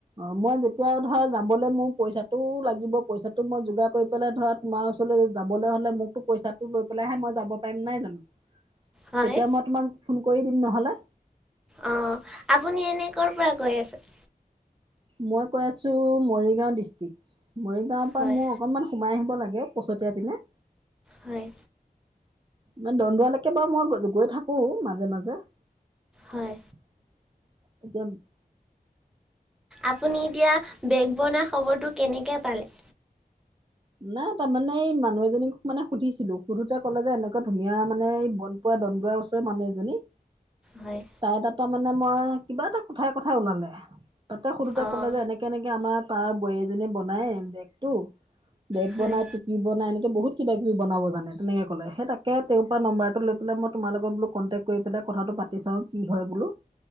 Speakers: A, on the right; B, in the centre.
A: অঁ মই যেতিয়া ধৰা যাবলৈ মোৰ পইচাটো লাগিব, পইচাটো মই যোগাৰ কৰি পেলাই ধৰা তোমাৰ ওচৰলৈ যাবলে হলে মোকতো পইচাটো লৈ পেলাইহে মই যাব পাৰিম নাই জানো।
B: হয়
A: তেতিয়া মই তোমাক ফোন কৰি দিম নহলে।
B: অঁ, আপুনি এনেই কৰ' পৰা কৈ আছে?
A: মই কৈ আছো মৰিগাঁও ডিষ্ট্ৰিক মৰিগাঁৱৰ পৰা
B: হয়
A: মোৰ অকণমান সোমাই আহিব লাগে পছতিয়া পিনে।
B: হয়।
A: মানে দন্দুৱালৈকে বাৰু মই গৈ থাকো মাজে মাজে।
B: হয়।
A: <inaudible>
B: আপুনি এতিয়া বেগ বনোৱা খবৰটো কেনেকে পালে?
A: নাই তাৰমানে এই মানুহ এজনীক মানে সুধিছিলো, সুধোতে ক'লে যে এনেকুৱা ধুনীয়া মানে এই বন পৰা দন্দুৱা ওচৰে মানুহ এজনী।
B: হয়।
A: তাই তটা মানে মই কিবা এটা কথাই কথাই ওলালে, তাতে সোধোতে
B: অঁ
A: কলে যে এনে কে এনেকে আমাৰ তাৰ বোৱাৰি এজনীয়ে বনাই বেগটো বেগ
B: হয়
A: বনাই। কি বনাই এনেকৈ বহু কিবা কিবি বনাব জানে তেনেকৈ ক'লে সেই তাকে তেওঁৰ পৰা নম্বাৰটো লৈ পেলাই মই তোমাৰ লগত বোলো কণ্টেক্ট কৰি পেলাই কথাটো পাতি চাওঁ কি হয় বোলো।